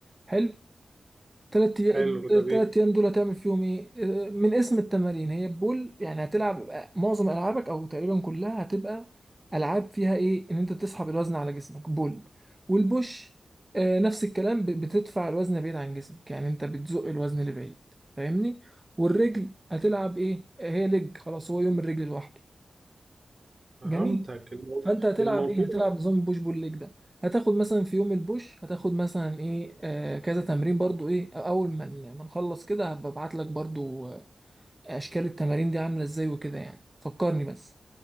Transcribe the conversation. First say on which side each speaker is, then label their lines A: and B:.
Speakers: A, on the right (about 20°); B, on the right (about 40°).
A: حلو، تلات أيام
B: حلو ده بيه
A: تلات أيام دول هتعمل فيهم إيه؟ آه، من اسم التمارين هي بول يعني هتلعب آه، معظم ألعابك أو تقريبا كلها هتبقى ألعاب فيها إيه؟ إن أنت بتسحب الوزن على جسمك بول والبوش آه، نفس الكلام ب- بتدفع الوزن بعيد عن جسمك يعني أنت بتزق الوزن لبعيد فاهمني؟ والرجل هتلعب إيه؟ آه، هي لج خلاص هو يوم الرجل لوحده
B: فهمتك
A: جميل
B: المو-
A: فانت هتلعب
B: الموضوع
A: ايه هتلعب نظام بوش بول ليج ده هتاخد مثلا في يوم البوش هتاخد مثلا ايه آه كذا تمرين برضو ايه اول ما ن- ما نخلص كده هبعت لك برضو آه، اشكال التمارين دي عامله ازاي وكده يعني فكرني بس